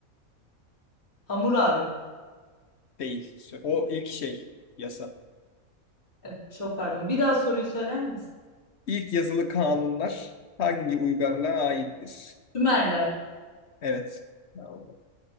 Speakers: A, on the left; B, on the left.
A: Hammurabi.
B: değil. O ilk şey yasa.
A: E, çok pardon. Bir daha soruyu söyler misin?
B: İlk yazılı kanunlar hangi uygarlığa aittir?
A: Sümerler.
B: Evet. Tamam,